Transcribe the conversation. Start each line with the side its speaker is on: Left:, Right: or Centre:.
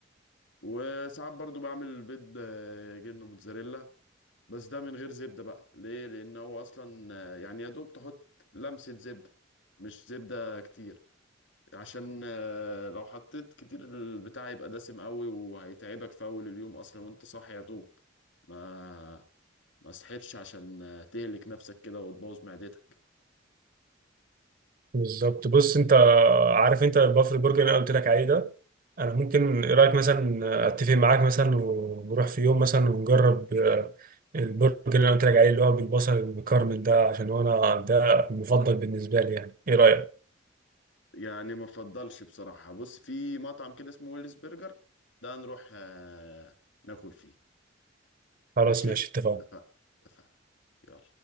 Left: وساعات برضو بعمل البيض آه، جبنة موتزاريلا بس ده من غير زبدة بقى ليه؟ لأن هو أصلا آه، يعني يا دوب تحط لمسة زبدة مش زبدة كتير عشان آه، لو حطيت كتير البتاع يبقى دسم قوي وهيتعبك في اول اليوم اصلا وانت صاحي يا دوب ما ما صحيتش عشان آه، تهلك نفسك كده وتبوظ معدتك
Right: بالظبط بص انت عارف انت البافل برجر اللي انا قلت لك عليه ده انا ممكن ايه رايك مثلا اتفق معاك مثلا ونروح في يوم مثلا ونجرب آه، البرجر اللي انا قلت لك عليه اللي هو بالبصل المكرمل ده عشان هو انا ده المفضل بالنسبه لي يعني ايه رايك
Left: يعني ما افضلش بصراحة بص في مطعم كده اسمه ويلز برجر ده نروح آه، ناكل فيه
Right: خلاص
Left: ماشي
Right: ماشي اتفقنا
Left: اتفقنا اتفقنا يلا